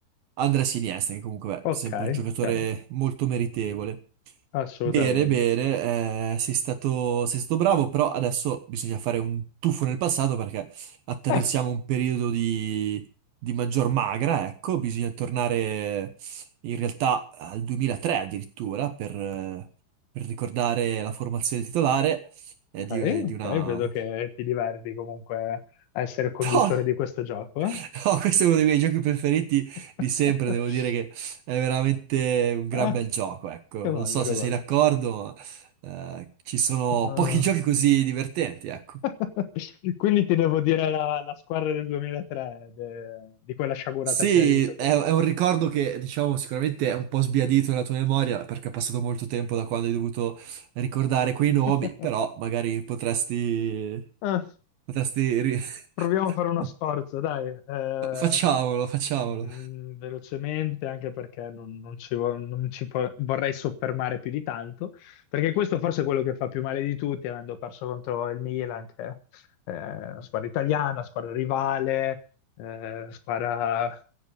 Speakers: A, on the right; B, on the left.
A: Andrea Iniesta, che comunque
B: ok,
A: è sempre un giocatore
B: ok,
A: molto meritevole.
B: assolutamente.
A: Bene, bene, eh, sei stato, sei stato bravo, però adesso bisogna fare un tuffo nel passato perché attraversiamo
B: Ah,
A: un periodo di, di maggior magra, ecco, bisogna tornare in realtà al 2003 addirittura per, eh, per ricordare la formazione titolare è
B: ok,
A: di,
B: ok,
A: di una...
B: vedo che ti diverti comunque a essere
A: <laughs>
B: conduttore di questo gioco. eh?
A: No, no, questo è uno dei miei giochi preferiti
B: <laughs>
A: di sempre, devo dire che è veramente un gran
B: Ah,
A: bel gioco, ecco.
B: che bello,
A: Non so
B: che
A: se
B: bello.
A: sei d'accordo, ma, eh, ci sono
B: Ah.
A: pochi giochi così divertenti, ecco.
B: <laughs> Quindi ti devo dire la, la squadra del 2003, de- di quella sciagurata
A: Sì,
B: finale di Champions
A: è, è un ricordo che, diciamo, sicuramente è un po' sbiadito nella tua memoria, perché è passato molto tempo da quando hai dovuto ricordare quei nomi,
B: League.
A: però magari potresti...
B: <laughs>
A: potresti... ri- <laughs>
B: Proviamo a fare uno sforzo, dai. Eh,
A: Facciamolo, facciamolo.
B: mm, velocemente, anche perché non, non ci, vo- non ci po- vorrei soffermare più di tanto, perché questo forse è quello che fa più male di tutti, avendo perso contro il Milan, che è eh, una squadra italiana, squadra rivale, eh, squadra